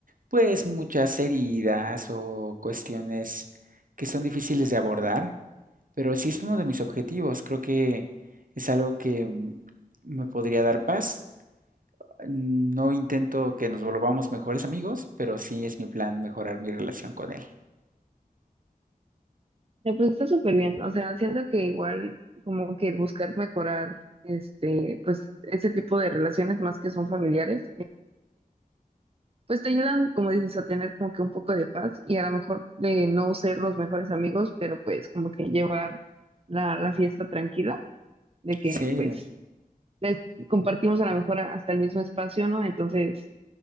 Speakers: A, on the right; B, on the right.
A: pues muchas heridas o cuestiones que son difíciles de abordar, pero sí es uno de mis objetivos. Creo que es algo que mm, me podría dar paz. No intento que nos volvamos mejores amigos, pero sí es mi plan mejorar mi relación con él.
B: Eh, pues está súper bien. O sea, siento que igual como que el buscar mejorar este, pues ese tipo de relaciones más que son familiares, pues te ayudan, como dices, a tener como que un poco de paz y a lo mejor de no ser los mejores amigos, pero pues como que llevar la, la fiesta tranquila, de que
A: Sí,
B: pues les compartimos a lo mejor hasta el mismo espacio, ¿no? Entonces,